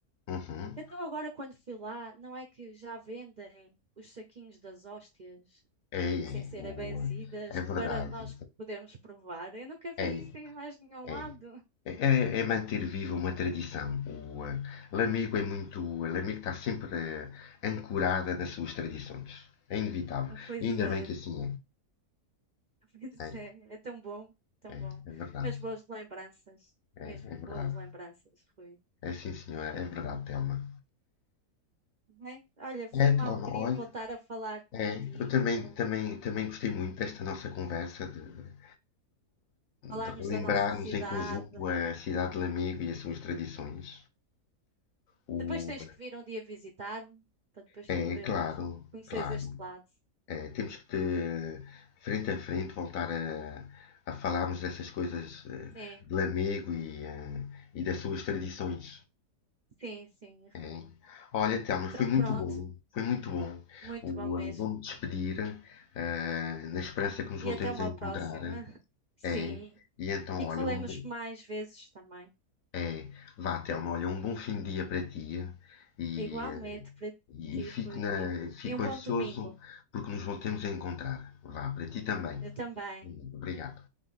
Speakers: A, on the left; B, on the right.
A: uhum,
B: Então agora quando fui lá, não é que já vendem os saquinhos das hóstias
A: é,
B: eh,
A: é,
B: sem serem
A: o,
B: benzidas
A: é verdade,
B: para nós podermos provar? Eu nunca vi
A: é,
B: isso em mais nenhum lado.
A: é, é. É, é manter viva uma tradição. O eh, Lamego é muito. Lamego está sempre eh, ancorada nas suas tradições. É inevitável.
B: Ah, Pois
A: E ainda
B: é.
A: bem que assim
B: Pois
A: é.
B: é, é tão bom, tão
A: É, é,
B: bom.
A: é verdade.
B: Mas boas lembranças,
A: É,
B: mesmo
A: é verdade.
B: boas lembranças, Rui.
A: É sim, senhora. É verdade, Telma.
B: Bem, olha, foi
A: É, Telma,
B: uma alegria
A: olha.
B: voltar a falar contigo,
A: É, eu também, também, também gostei muito desta nossa conversa de, de-
B: falarmos
A: de relembrarmos
B: da nossa cidade.
A: em conjunto a cidade de Lamego e as suas tradições. O,
B: Depois tens que vir um dia visitar-me, para depois
A: é,
B: podermos
A: claro,
B: conhecer
A: claro.
B: este lado.
A: É, temos que, eh, frente a frente, voltar a, a falarmos dessas coisas eh,
B: Sim,
A: de Lamego e, eh, e das suas tradições.
B: sim, sim,
A: hein?
B: Rui.
A: Olha, Telmo,
B: Então
A: foi muito
B: pronto,
A: bom, foi muito bom.
B: muito
A: O,
B: bom mesmo.
A: eh, vou-me despedir, eh, na esperança que nos voltemos
B: E até uma
A: a encontrar.
B: próxima. <laughs> Sim,
A: É, e então,
B: e que
A: olha,
B: falemos
A: um bom,
B: mais vezes também.
A: é, vá, Telmo, olha, um bom fim de dia para ti e,
B: Igualmente
A: eh,
B: para
A: e
B: ti,
A: fico,
B: Rui,
A: na,
B: e um,
A: fico
B: e um bom
A: ansioso
B: domingo.
A: porque nos voltemos a encontrar. Vá, para ti também.
B: Eu também.
A: Obrigado.